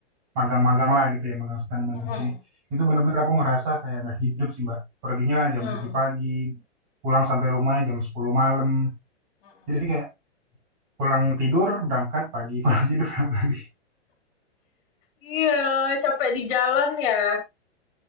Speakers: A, on the right; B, on the left.
A: magang-magang lah gitu ya, magang sana, magang
B: Mm-mm.
A: sini. Itu bener-bener aku ngerasa kayak nggak hidup sih, Mbak. Perginya
B: Hmm.
A: jam 7 pagi, pulang sampai rumah jam 10 malam.
B: Mm-mm.
A: Jadi kayak pulang tidur, berangkat pagi, <laughs> pulang tidur, berangkat pagi.
B: Iya, capek di jalan ya.